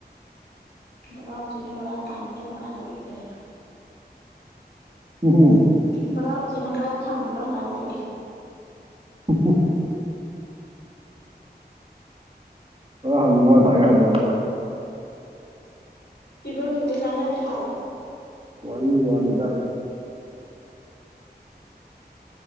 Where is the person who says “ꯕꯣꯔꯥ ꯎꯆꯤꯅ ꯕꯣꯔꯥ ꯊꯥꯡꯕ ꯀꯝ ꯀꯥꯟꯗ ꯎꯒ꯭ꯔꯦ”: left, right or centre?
Left